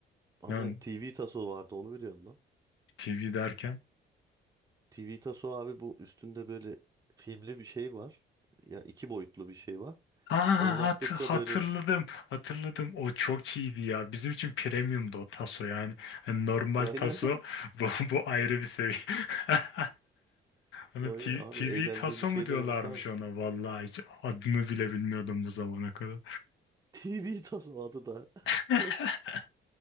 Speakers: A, on the right (about 20°); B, on the left (about 75°).
A: Aynen
B: Yani
A: TV Taso vardı onu biliyorsun lan.
B: TV derken
A: TV Taso abi bu üstünde böyle filmli bir şey var. Ya iki boyutlu bir şey var.
B: Aa,
A: Oynattıkça
B: hat hatırladım.
A: böyle
B: Hatırladım. O çok iyiydi ya. Bizim için premiumdu o taso yani. Hani normal
A: <laughs>
B: taso
A: aynen
B: <laughs> bu, bu ayrı bir seviye. <laughs> Hani
A: aynen
B: T-
A: abi
B: TV
A: eğlendiğimiz
B: taso
A: şeylere
B: mu diyorlarmış
A: bakar mısın?
B: ona vallahi hiç adını bile bilmiyordum bu zamana kadar.
A: TV Taso adı da. <laughs>
B: <laughs>